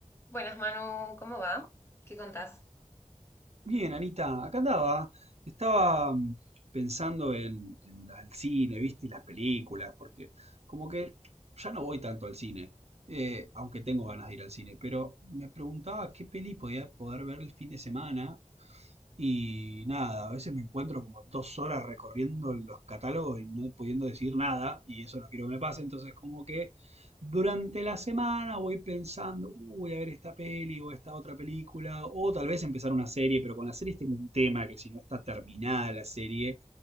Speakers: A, on the left; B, on the right.
A: Buenas, Manu, ¿cómo va? ¿Qué contás?
B: Bien, Anita, acá andaba. Estaba mm, pensando en, en la- el cine, ¿viste? Y las películas, porque como que ya no voy tanto al cine, eh, aunque tengo ganas de ir al cine, pero me preguntaba qué peli podía poder ver el fin de semana y nada, a veces me encuentro como dos horas recorriendo los catálogos y no pudiendo decir nada, y eso no quiero que me pase, entonces como que durante la semana voy pensando, "Uh, voy a ver esta peli o esta otra película, o tal vez empezar una serie, pero con las series tengo un tema que si no está terminada la serie,